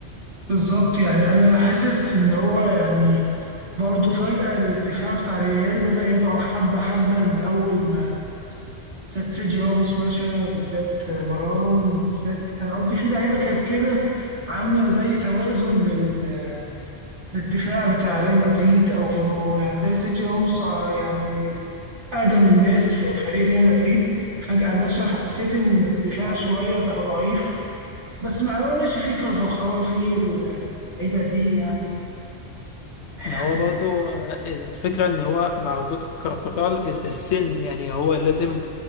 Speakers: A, on the right; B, on the left.
A: بالظبط يعني انا حاسس ان هو يعني برضه فجأة الدفاع بتاع ريال بدأ يضعف حبة حبة من أول ما بالذات سيرجي راموس مشى بالذات فاران بالذات يعني قصدي في لعيبه كانت كده عامله زي توازن لل- للدفاع بتاع ريال مدريد او كانوا يعني زي سيرجي راموس آه، يعني من ال- اقدم الناس في فريق ريال مدريد فجاه مشى فحسيت ان الدفاع شويه بقى ضعيف بس مع بقى ماشي في كارفاخال في اللعيبه دي يعني
B: ما
A: يعني
B: هو برضو آه، الفكرة ان هو مع وجود كارفاخال السن يعني هو لازم